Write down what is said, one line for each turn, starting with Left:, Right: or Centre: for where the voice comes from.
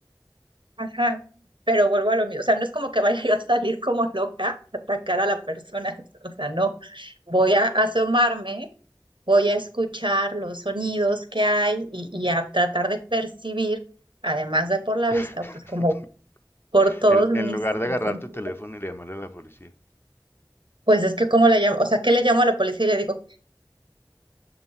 Right: Ajá. Pero vuelvo a lo mismo. O sea, no es como que vaya yo a salir como loca a atacar a la persona. <laughs> O sea, no. Voy a asomarme voy a escuchar los sonidos que hay y, y a tratar de percibir, además de por la
Left: <laughs>
Right: vista, pues como por todos
Left: En,
Right: mis
Left: en lugar de agarrar
Right: sentidos.
Left: tu teléfono y llamarle a la policía.
Right: Pues es que cómo le llamo, o sea, ¿qué le llamo a la policía y le digo,